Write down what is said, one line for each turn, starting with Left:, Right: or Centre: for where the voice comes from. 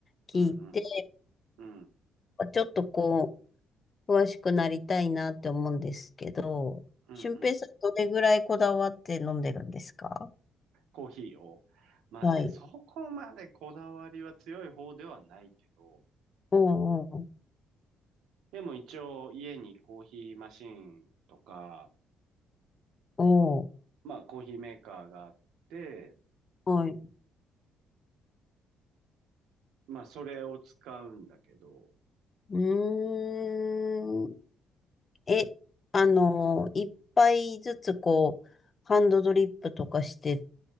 Left: 聞いて、
Right: うん、うん、うん、
Left: ちょっとこう詳しくなりたいなって思うんですけど、
Right: うん、
Left: 俊平さんどれぐらいこだわって飲んでるんですか
Right: うん。コーヒーを。まあね、
Left: はい。
Right: そこまでこだわりは強い方ではないけど、
Left: おうおう
Right: でも一応家にコーヒーマシンとか、
Left: おう
Right: まあコーヒーメーカーがあって、
Left: はい。
Right: まあそれを使うんだけど、
Left: うーん。え、あの、一杯ずつこう、ハンドドリップとかして